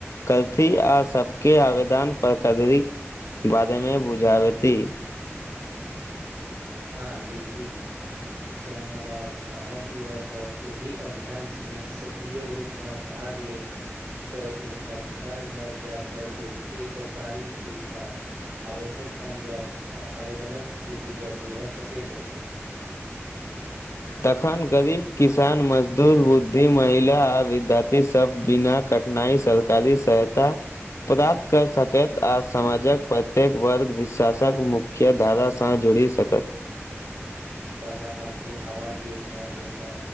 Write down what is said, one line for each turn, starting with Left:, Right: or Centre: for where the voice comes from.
Left: करथि आ सबके आवेदन पर करी बारेमे बुझाबती
Right: हँ बिलकुल जहँ हमर गाँवक युवा सब एहि अभियानमे सक्रिय रूपसँ भाग ले तऽ ओसभ घर घर जा कऽ लोक के सरकारी सुविधा आवश्यक क आवेदनक क प्रक्रिया बुझा सकैत अछि
Left: तखन गरीब किसान मजदूर बुद्धि महिला आ विद्यार्थी सब बिना कट नहि सरकारी सहायता प्राप्त कऽ सकैत आ समाजक प्रत्येक वर्ग विश्वासक मुक्त मुख्य धारासँ जुड़ी सकत
Right: प्रधानमंत्री आवास योजना जेकाँ